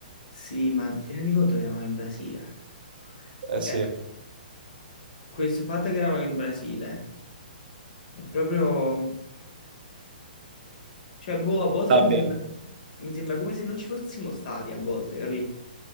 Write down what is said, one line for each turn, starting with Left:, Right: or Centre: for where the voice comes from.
Left: Sì, ma ti rendi conto che eravamo in Brasile?
Right: Eh
Left: Cioè,
Right: sì.
Left: questo fatto che eravamo in Brasile è proprio... Cioè, boh, a volte
Right: Sabbia,
Left: mi sembra, mi sembra come se non ci fossimo stati, a volte, capì?